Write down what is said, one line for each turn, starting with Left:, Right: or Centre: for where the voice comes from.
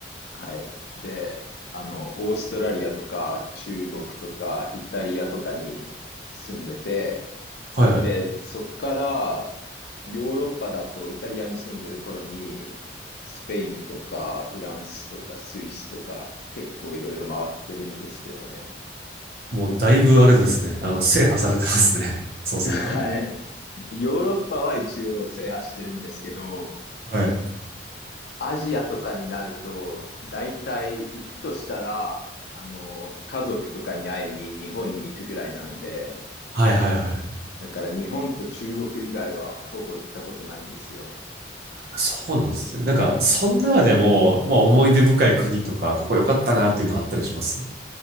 Left: はい。で、あの、オーストラリアとか中国とかイタリアとかに住んでて、
Right: はいはい。
Left: で、そっからヨーロッパだとイタリアに住んでる頃に、スペインとかフランスとかスイスとか結構いろいろ回ってるんですけどね。
Right: もうだいぶあれですね。あの、制覇されてますね。<laughs> そうすると。
Left: はい。ヨーロッパは一応制覇してるんですけど、
Right: はい。
Left: アジアとかになると、大体行くとしたら、あの、家族とかに会いに日本に行くぐらいなんで、
Right: はいはいはいはい。
Left: だから日本と中国以外はほぼ行ったことないんですよ。
Right: そうなんですね。なんか、その中でも、まあ思い出深い国とか、ここ良かったなっていうのあったりします